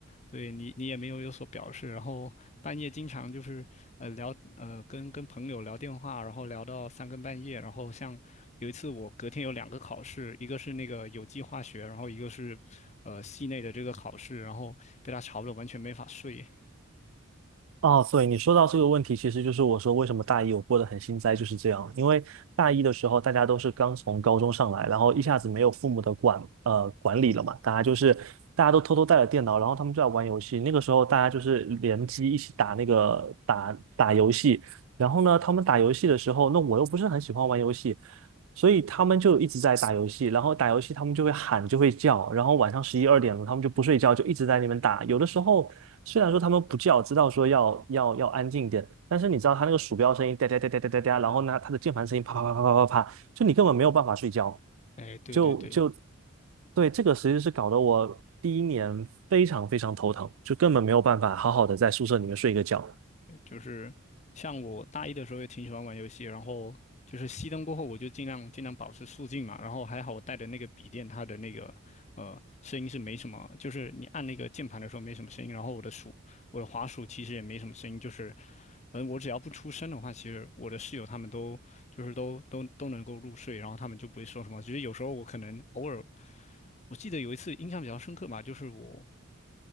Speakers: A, on the left; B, on the right.
A: 对你，你也没有有所表示，然后半夜经常就是呃聊呃跟跟朋友聊电话，然后聊到三更半夜，然后像有一次我隔天有两个考试，一个是那个有机化学，然后一个是呃系内的这个考试，然后被他吵得完全没法睡。
B: 哦，对，你说到这个问题，其实就是我说为什么大一我过得很心塞，就是这样。因为大一的时候，大家都是刚从高中上来，然后一下子没有父母的管呃管理了嘛，大家就是大家都偷偷带了电脑，然后他们就在玩游戏。那个时候大家就是联机一起打那个打打游戏，然后呢，他们打游戏的时候，那我又不是很喜欢玩游戏，所以他们就一直在打游戏，然后打游戏他们就会喊，就会叫，然后晚上十一二点了，他们就不睡觉，就一直在那边打。有的时候虽然说他们不叫，知道说要要要安静一点，但是你知道他那个鼠标声音哒哒哒哒哒哒哒，然后呢他的键盘声音啪啪啪啪啪啪啪，就你根本没有办法睡觉，
A: 哎，对对对，
B: 就就对这个其实是搞得我第一年非常非常头疼，就根本没有办法好好的在宿舍里面睡一个觉。
A: 就是像我大一的时候也挺喜欢玩游戏，然后就是熄灯过后，我就尽量尽量保持肃静嘛。然后还好我带的那个笔电，它的那个呃声音是没什么，就是你按那个键盘的时候没什么声音，然后我的鼠我的滑鼠其实也没什么声音，就是嗯、呃我只要不出声的话，其实我的室友他们都就是都都都能够入睡，然后他们就不会说什么。其实有时候我可能偶尔。我记得有一次印象比较深刻吧，就是我